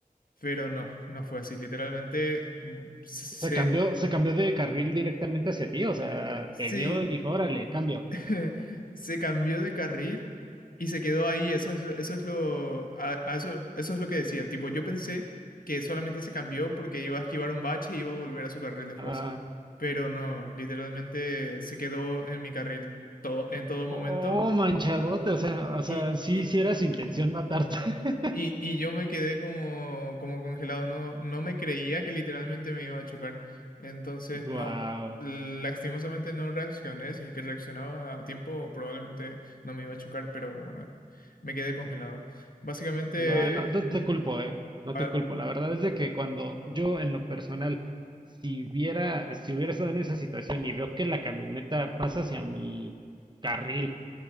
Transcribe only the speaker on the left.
Pero no, no fue así. Literalmente, mm, se,
sí,
<laughs> se cambió de carril y se quedó ahí. Eso es, eso es lo, a- a eso, eso es lo que decía. Tipo, yo pensé que solamente se cambió porque iba a esquivar un bache y iba a volver a su carril después.
Pero no, literalmente se quedó en mi carril todo, en todo momento.
y
y,
y, y yo me quedé como, como congelado, no, no me creía que literalmente me iba a chocar. Entonces,
no, lastimosamente no reaccioné. Si es que reaccionaba a tiempo, probablemente no me iba a chocar, pero bueno, me quedé congelado. Básicamente,
a-